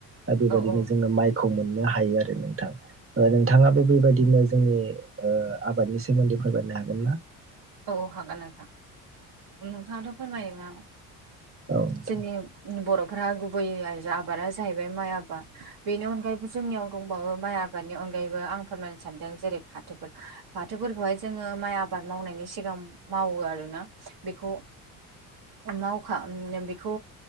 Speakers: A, on the right; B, on the right.
A: दा बेबायदिनो
B: औ औ
A: जोङो माइखौ मोननो हायो आरो नोंथां ओ नोंथाङाबो बेबायदिनो जोंनि ओ आबादनि सोमोन्दै फोरमायनो हागोन ना
B: औ हागोन नोंथां नोंथाङाथ फोरमायोना
A: औ नोंथां
B: जोंनि बर'फ्रा गुबै आबादा जाहैबाय माइ आबाद बेनि अनगायैबो जोंनियाव दंबावो माइ आबा दनि अनगायैबो आं फोरमायनो सानदों जेरै फाथोफोर फाथोफोरखौहाय जोङो माइ आबाद मावनायनि सिगां मावो आरोना बेखौ मावखा बेखौ